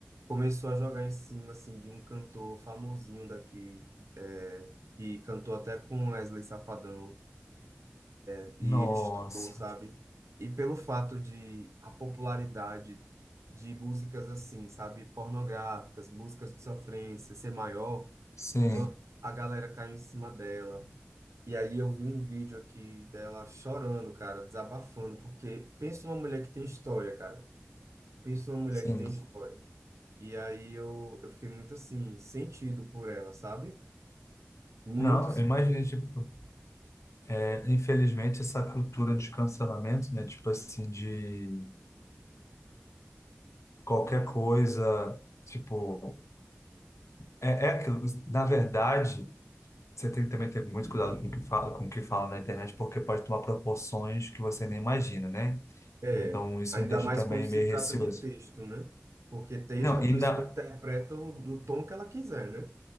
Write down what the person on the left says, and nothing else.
Nossa.
Sim,
sim.
Não,
imagina, tipo, é, infelizmente essa cultura de cancelamento, né? Tipo assim, de qualquer coisa, tipo, é, é aquilo. Na verdade, você tem que também ter muito cuidado com o que fala, com o que fala na internet, porque pode tomar proporções que você nem imagina, né?
Então, isso
me deixa
também
meio
receoso.
Não, ainda